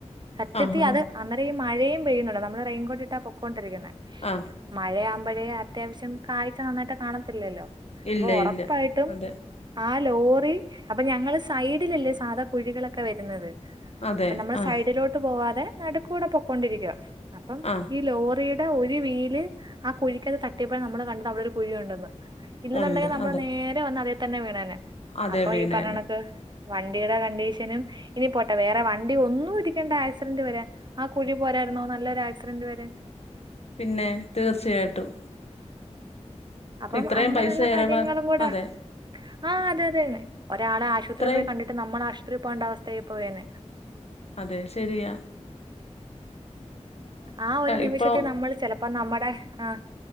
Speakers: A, on the right (about 40°); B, on the left (about 60°).
A: സത്യത്തിൽ
B: ആഹ് ആഹ് ആഹ്
A: അത് അന്നേരം മഴയും പെയ്യുന്നുണ്ട്. നമ്മള് റെയിൻകോട്ട് ഇട്ടാ പൊക്കൊണ്ടിരിക്കുന്ന.
B: ആഹ്
A: മഴയാമ്പോഴേ അത്യാവശ്യം കാഴ്ച നന്നായിട്ട് കാണത്തില്ലല്ലോ.
B: ഇല്ല
A: അപ്പൊ ഒറപ്പായിട്ടും
B: ഇല്ല അതെ
A: ആ ലോറി അപ്പൊ ഞങ്ങള് സൈഡിലല്ലേ സാധാ കുഴികളൊക്കെ വര്ന്നത്.
B: അതെ
A: അപ്പൊ നമ്മള്
B: ആഹ്
A: സൈഡിലോട്ട് പോവാതെ നടുക്കൂടെ പൊക്കൊണ്ടിരിക്ക. അപ്പം
B: ആഹ്
A: ഈ ലോറിയുടെ ഒരു വീല് ആ കുഴിക്കത്ത് തട്ടിയപ്പോഴ നമ്മള് കണ്ടത് അവിടെ ഒരു കുഴിയു ണ്ടെന്ന്. ഇല്ലെന്നുണ്ടെങ്കില്
B: ഉണ്ട്
A: നമ്മള്
B: അതെ
A: നേരെ വന്ന് അതേ തന്നെ വീണേനെ
B: അതെ
A: അപ്പൊ
B: വീണേനെ
A: ഈ പറഞ്ഞണക്ക് വണ്ടിയുടെ കണ്ടീഷനും ഇനി പോട്ടെ വേറെ വണ്ടി ഒന്നും ഇടിക്കേണ്ട ആക്സിഡന്റ് വരാൻ ആ കുഴി പോരാ നല്ലൊരു ആക്സിഡന്റ് വര
B: പിന്നെ തീർച്ചയായിട്ടും.
A: അപ്പം
B: ഇത്രയും
A: അങ്ങനെയുള്ള
B: പൈസ ചെലവാ
A: കാര്യങ്ങളും കൂടെ
B: അതെ
A: ആഹ് അതെ അതെ ഒരാളെ ആശുപത്രി
B: ഇത്രയും
A: പോയി കണ്ടിട്ട് നമ്മള് ആ ത്രി പോകേണ്ട അവസ്ഥ ആയി പോയന്നെ.
B: അതെ ശെരിയാ.
A: ആ ഒരു നിമിഷത്തെ
B: ഇപ്പൊ
A: നമ്മൾ ചെലപ്പോ നമ്മുടെ അ